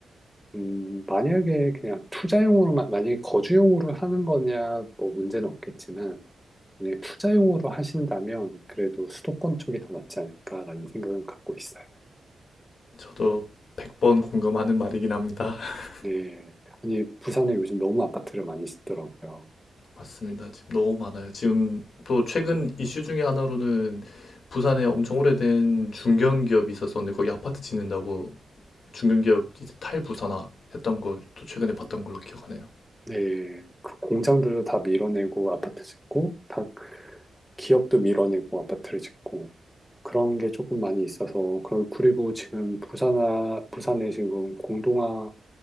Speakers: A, in the centre; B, on the left.
A: 음, 만약에 그냥 투자용으로만, 만약에 거주용으로 하는 거냐, 뭐 문제는 없겠지만, 만약에 투자용으로 하신다면 그래도 수도권 쪽이 더 낫지 않을까라는 생각은 갖고 있어요.
B: 저도 100번 공감하는 말이긴 합니다. <laughs>
A: 네. 아니, 부산에 요즘 너무 아파트를 많이 짓더라고요.
B: 맞습니다. 지금 너무 많아요. 지금 또 최근 이슈 중에 하나로는 부산에 엄청 오래된 중견 기업이 있었었는데 거기 아파트 짓는다고 중견 기업 이제 탈부산화 했던 걸 또 최근에 봤던 걸로 기억하네요.
A: 네. 그 공장들도 다 밀어내고 아파트 짓고, 다 기업도 밀어내고 아파트를 짓고, 그런 게 조금 많이 있어서, 그리고 그리고 지금 부산아, 부산에 지금 공동화